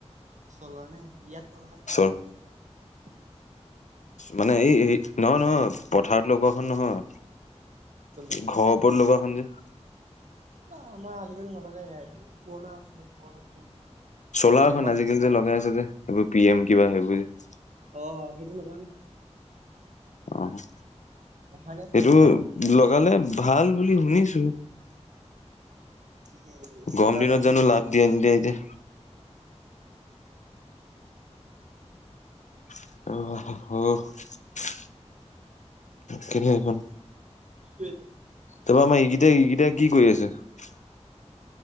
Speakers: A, on the right; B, on the left.
A: চলাৰ নে? ই ইাত ন
B: চল
A: গা <unintelligible>
B: মানে এই, নহ নহয়, পথাৰত লগৱো খন নহয়।
A: কোনটো?
B: ঘৰৰ ওপৰত লগোৱাখন যে
A: এইটো আমাৰ আজিকালি নলগাই আহি পুৰণা আছিলে পুৰণা থোৱা আছিলে।
B: চ'লাৰখন
A: চাৰি পাঁচ
B: আজিকালি
A: বছৰ
B: যে লগাই আছে যে, সেইবোৰ পি এম কিবা সেইবোৰ যে।
A: অ' সেইটো লগোৱা নাই।
B: অ'।
A: অহা নাই
B: সেইটো
A: চাগে
B: লগালে ভাল বুলি শুনিছো।
A: সেই
B: গম
A: চলাৰ
B: দিনত
A: পেনেল
B: জানো
A: দিছে
B: লাভ
A: নেকি?
B: দিয়ে নিদিয়ে এতিয়া। অ'। কেনেখোন
A: ছ <unintelligible>
B: তাৰপৰা আমাৰ এইকেইটাাই, এইকেইটাাই কি কৰি আছে?